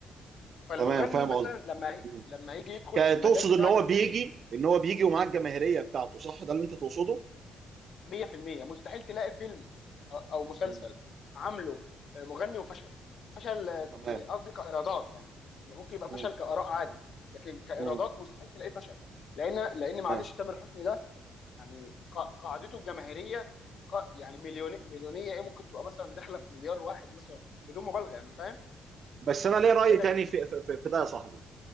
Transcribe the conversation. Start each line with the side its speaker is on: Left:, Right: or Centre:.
Left: فالمغني
Right: تمام فاهم
Left: مثلا
Right: قصدك
Left: لما هي-
Right: مم.
Left: لما هيجي يدخل
Right: ك-
Left: في المجال
Right: تقصد
Left: بتاع
Right: ان هو
Left: التمثيل
Right: بيجي ان هو بيجي ومعاه الجماهيريه بتاعته صح ده اللي انت تقصده
Left: 100% مستحيل تلاقي فيلم أ- او مسلسل
Right: مم.
Left: عامله آه، مغني وفشل فشل آه،
Right: تمام
Left: قصدي كايرادات يعني ممكن يبقى
Right: مم.
Left: فشل كاراء عادي لكن كايرادات
Right: مم.
Left: مستحيل تلاقيه فشل لان لان
Right: تمام
Left: معلش تامر حسني ده يعني قا- قاعدته الجماهيريه قا- يعني مليون مليونيه ايه ممكن تبقى مثلا داخله في مليار واحد مثلا بدون مبالغه يعني فاهم
Right: بس انا
Left: انت
Right: ليه
Left: بتتكلم
Right: راي تاني
Left: في
Right: في في, في في ده يا صاحبي